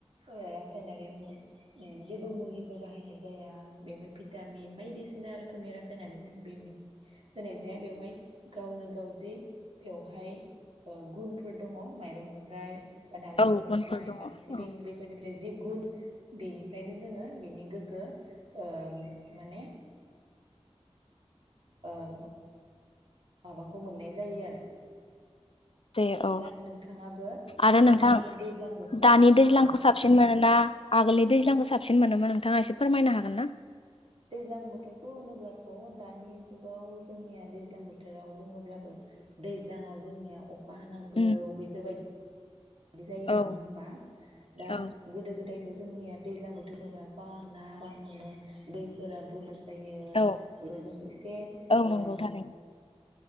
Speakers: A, on the right; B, on the left.
A: ओ रा सायनारि मु उम जेबो मुलि फोर बाहायनाय जाया बेबाय भिटामिन बायदिसिना रोखोमनि रासायारि होनाय जाया बेवहाय गावनो गाव जे बेवहाय ओ गुनफोर दङ माइरंनिफ्राय बा नालेंखलनिफ्राय
B: औ बनफोर दङ
A: बा सिबिं
B: औ
A: बेफोरनिफ्राय जि गुन बेनिफ्रायनो जोङो बिनि गोग्गो ओं माने ओं माबाखौ मोननाय जायो आरो
B: जे औ
A: दा नोंथाङाबो
B: आरो
A: जोंनि
B: नोंथां
A: दैज्लां बोथोर
B: दानि दैज्लांखौ
A: औ
B: साबसिन मोनोना आगोलनि दैज्लांखौ साबसिन मोनोमोन नोंथाङा एसे फोरमायनो हागोन ना?
A: दैज्लां बोथोरखौ होनोब्लाथ' दानि जुगाव जोंनिया दैज्लां बोथोराव बुङो ब्लाबो दैज्लांआव जोंनियाव अखा हानांगौ
B: उम
A: बैफोरबाय दि जायोमोन।
B: औ
A: नङा होमबा? दा
B: औ
A: गोदो गोदाय जोंनिया दैज्लां बोथोरोबा <unintelligible> बां ना <unintelligible> बां मोनो दैफोरा बुरलाब ओमफ्रायो
B: औ
A: बे <unintelligible> जों एसे
B: औ नंगौ
A: ओ
B: थारैनो